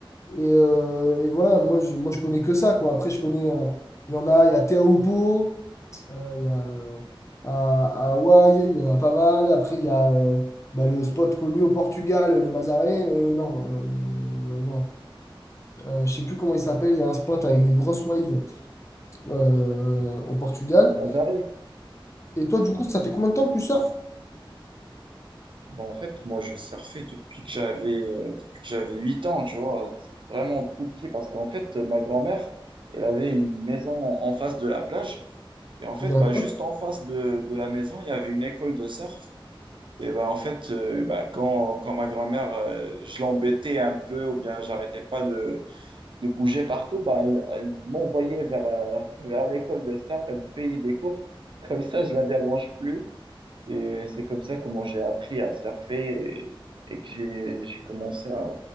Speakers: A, on the left; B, on the right.
A: Et, euh, et voilà, moi je, moi, je connais que ça, quoi. Après, je connais. euh, Il y en a, il y a Teahupo'o, euh, il y a euh, à, à Hawaï, il y en a pas mal. Après, il y a euh, bah, le spot connu au Portugal, le Mazaré. le- non, euh, non. Euh, je sais plus comment il s'appelle. Il y a un spot avec des grosses waves euh, au Portugal.
B: Mazaré.
A: Et toi, du coup, ça fait combien de temps que tu surfes?
B: Bah, en fait, moi, je surfais depuis que j'avais euh, depuis que j'avais 8 ans, tu vois, vraiment tout petit, parce qu'en fait, ma grand-mère, elle avait une maison en en face de la plage. Et en fait,
A: D'accord,
B: bah, juste en face de, de la maison, il y avait une école de surf. Et bah, en fait, euh, bah, quand, quand ma grand-mère, euh, je l'embêtais un peu, ou bien j'arrêtais pas de, de bouger partout, bah, elle, elle m'envoyait vers, euh, vers l'école de surf, elle me payait des cours. Comme ça, je la dérange plus. Et c'est comme ça comment j'ai appris à surfer et, et que j'ai j'ai commencé à,